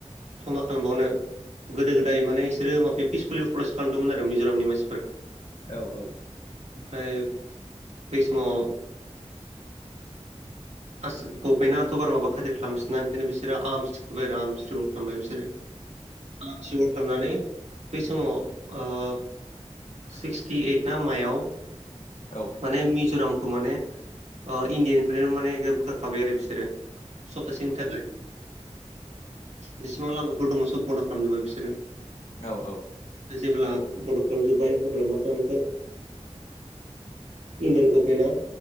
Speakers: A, on the right; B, on the left.
A: थमा खालामबावनो गोदो गोदाय माने सोर माब पिसफुलि प्ररेस्ट खालामदोंमोन आरो मिज'रामनि मानसि
B: औ औ
A: ओमफ्राय बै समाव आ गभनेन्टथ' बा मा खथिल खालामनोसोनना ओंखनो बिसोर आरम्रिखौबाय आरो आरमस्रि खालामबाय बिसोरो आ सिगर खालामनानै बै समाव सिक्सटि ओइद ना मायाव
B: औव
A: माने मिज'रामखौ माने इण्डियानिफ्रायनो माने बखाखाबाय आरो बिसोरो सत चनथ थाखाय जेसेबां लामाफोर दंङ सब बन्द' खालामजोबबाय बिसोरो
B: औव औव
A: जेब्ला बड'फा खालामजोब्बाय अब्ला मा खालामखो इण्डियान गभमेन्टआ